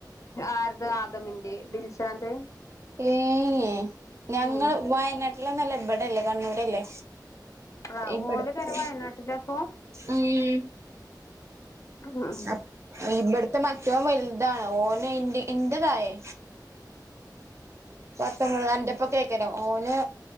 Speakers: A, on the left; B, on the right.
A: ആരുത് ആദമിന്റെ ദിൽശാന്റെ
B: ഏഹ് യേയ് ഞങ്ങ
A: ഉം
B: വയനാട്ടിലന്നല്ല ഇവിടെല്ലേ കണ്ണൂരല്ലേ
A: ആഹ്
B: ഇവിടത്തെ
A: ഓള പെര വയനാട്ടില അപ്പൊ
B: ഉം
A: ഉം
B: അപ്പ് ഇവിടുത്തെ മറ്റ വലുതാണ് ഓനെ ഇന്റെ ഇന്റതായേ പത്തൊമ്പത് എന്റെപ്പൊ കേൾക്കരാ ഓന്